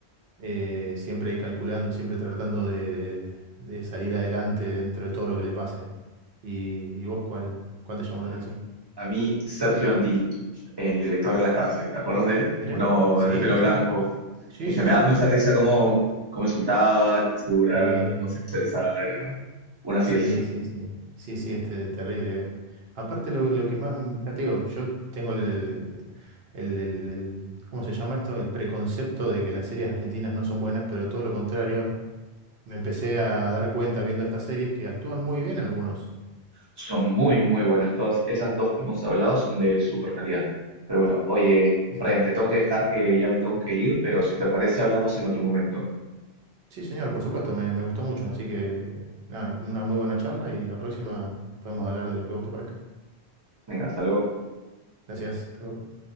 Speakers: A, on the right; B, on the right.
A: eh, siempre calculando, siempre tratando de, de- de salir adelante dentro de todo lo que le pase. ¿Y, y vos cuál, cuál te llamó la
B: A
A: atención?
B: mí, a mí, Sergio Antín, el director de la cárcel, ¿te acuerdas de él?
A: ¿Mirá?
B: Uno
A: Sí,
B: de pelo blanco.
A: sí. Sí,
B: Es
A: sí,
B: que me
A: sí.
B: daba mucha risa cómo, cómo insultaba, la fisura,
A: Sí,
B: cómo se expresaba, era una fiesta.
A: sí, sí, sí. Sí, sí, este terrible. Aparte lo, lo que más, m- ya te digo, yo tengo el, el, el- el- el- el- ¿cómo se llama esto? El preconcepto de que las series argentinas no son buenas, pero todo lo contrario. Me empecé a dar cuenta viendo estas series que actúan muy bien algunos.
B: Son muy, muy buenas. Todas esas dos que hemos hablado son de super calidad. Pero bueno, oye,
A: Sí,
B: Brian,
A: sí.
B: te tengo que dejar que ya me tengo que ir, pero si te parece, hablamos en otro momento.
A: Sí, señor, por supuesto, me, me gustó mucho. Así que, nada, una muy buena charla y la próxima podemos hablar de lo que a vos te parezca.
B: Venga, hasta luego.
A: Gracias. hasta luego.